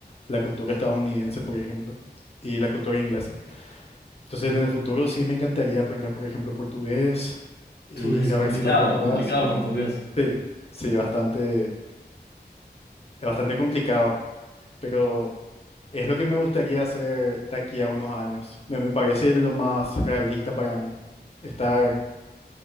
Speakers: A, on the left (about 35°); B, on the left (about 70°).
A: la cultura estadounidense, por ejemplo, y la cultura inglesa. Entonces en el futuro sí me encantaría aprender, por ejemplo, portugués, e
B: Tú
A: ir
B: es
A: a
B: complicado.
A: Brasil o Portugal.
B: Complicado, complicado portugués.
A: Sí, sí, bastante. Es bastante complicado, pero es lo que me gustaría hacer de aquí a unos años. Me, me parece lo más realista para mí. Estar,